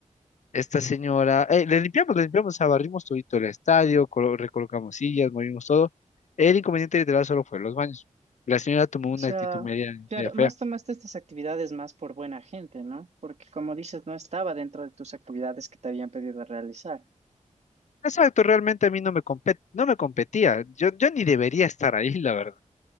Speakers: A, on the left (about 65°); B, on the right (about 60°).
A: esta señora, eh, le limpiamos, le limpiamos, o sea, barrimos todito el estadio, colo- recolocamos sillas, movimos todo. El inconveniente literal solo fue los baños. La señora tomó una
B: O sea,
A: actitud media,
B: claro,
A: media fea.
B: más tomaste estas actividades más por buena gente, ¿no? Porque como dices, no estaba dentro de tus actividades que te habían pedido realizar.
A: Exacto, realmente a mí no me compet- no me competía. Yo, yo ni debería estar ahí, la verdad.